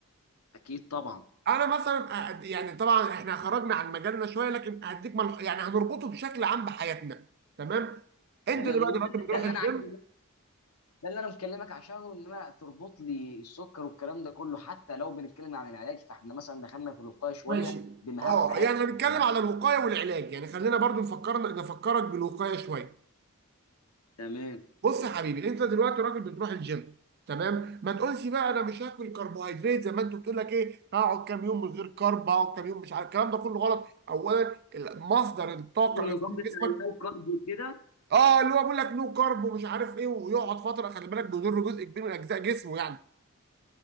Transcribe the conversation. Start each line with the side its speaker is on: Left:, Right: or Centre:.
Left: اكيد طبعا
Right: انا مثلا أ- يعني طبعا احنا خرجنا عن مجالنا شويه لكن هديك مل... يعني هنربطه بشكل عام بحياتنا تمام انت
Left: تمام
Right: دلوقتي
Left: هو ده
Right: راجل بتروح
Left: ده اللي
Right: الجيم
Left: انا عايزه ده اللي انا مكلمك عشانه ان انا تربط لي السكر والكلام ده كله حتى لو بنتكلم عن العلاج فاحنا مثلا دخلنا في الوقايه شويه
Right: ماشي
Left: بمهام
Right: اه
Left: حياتنا
Right: يعني هنتكلم
Left: إحنا.
Right: على الوقايه والعلاج يعني خلينا برضو نفكر نفكرك بالوقايه شويه
Left: تمام
Right: بص يا حبيبي انت دلوقتي راجل بتروح الجيم تمام ما تقولش بقى انا مش هاكل كربوهيدرات زي ما انت بتقول لك ايه هقعد كام يوم من غير كرب هقعد كام يوم مش عارف الكلام ده كله غلط اولا ال- مصدر الطاقه
Left: النظام
Right: الاساسي في
Left: بتاع
Right: جسمك
Left: اللو كارب وكده
Right: اه اللي هو بيقول لك نو كرب ومش عارف ايه ويقعد فتره خلي بالك بيضر جزء كبير من اجزاء جسمه يعني